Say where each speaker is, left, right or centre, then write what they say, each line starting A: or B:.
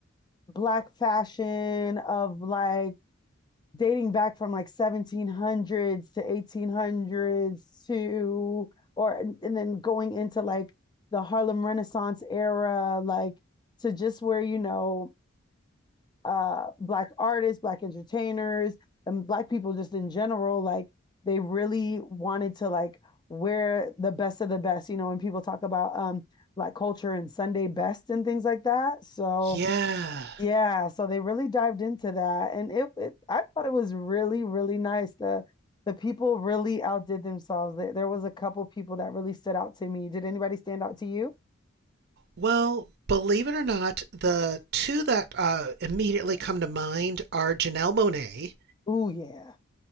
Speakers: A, on the left; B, on the right.
A: black fashion of like dating back from like 1700s to 1800s to or and, then going into like the Harlem Renaissance era like to just where you know uh black artists, black entertainers and black people just in general like they really wanted to like wear the best of the best, you know, when people talk about um black culture and Sunday best and things like that. So
B: Yeah.
A: yeah, so they really dived into that and it, it I thought it was really, really nice. The the people really outdid themselves. There, there was a couple people that really stood out to me. Did anybody stand out to you?
B: Well, believe it or not, the two that uh, immediately come to mind are Janelle Monae
A: Oh yeah.